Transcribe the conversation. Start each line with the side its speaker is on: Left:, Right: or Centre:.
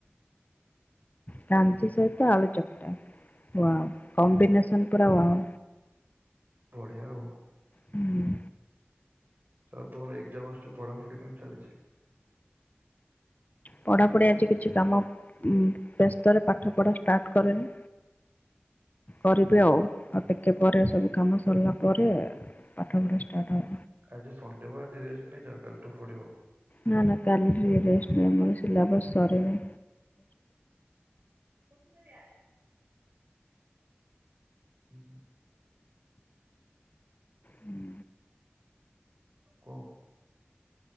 Left: କାଞ୍ଚି ସହିତ ଆଲୁ ଚକଟା ୱାଓ। କମ୍ବିନେସନ୍ ପୁରା ୱାଓ।
Right: ବଢ଼ିଆ ଆଉ।
Left: ହୁଁ
Right: ଆଉ ତୁମର ଏଗଜାମ୍ ଆସୁଚ ପଢାପଢି କେମିତି ଚାଲିଛି।
Left: ପଢାପଢ଼ି ଆଜି କିଛି କାମ ବ୍ୟସ୍ତରେ ପାଠ ପଢା ଷ୍ଟାର୍ଟ କରେନି। କରିବି ଆଉ ଆଉ ଟିକେ। ଘରେ ସବୁ କାମ ସରିଲା। ପରେ ପାଠ ପଢ଼ା ଷ୍ଟାର୍ଟ ହେବ
Right: ଆଜି ସନଡେ ବା ଆଜି ରେଷ୍ଟ ନେଇ ଯ କଲିଠୁ ପଡି଼ବ।
Left: ନା ନା କାଲି ରେଷ୍ଟ ମୁ ସିଲବସ୍ ସରିନି।
Right: <inaudible> ହୁଁ ହୁଁ।
Left: ହୁଁ।
Right: କୁହ